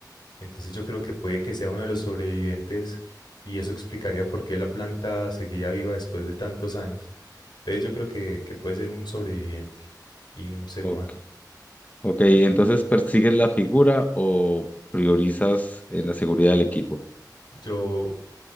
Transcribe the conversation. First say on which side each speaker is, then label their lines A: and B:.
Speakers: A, on the left; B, on the left.
A: entonces yo creo que puede que sea uno de los sobrevivientes y eso explicaría por qué la planta seguía viva después de tantos años. Entonces yo creo que, que puede ser un sobreviviente y un ser
B: Ok,
A: humano.
B: ok, entonces persigues la figura o priorizas en la seguridad del equipo.
A: Yo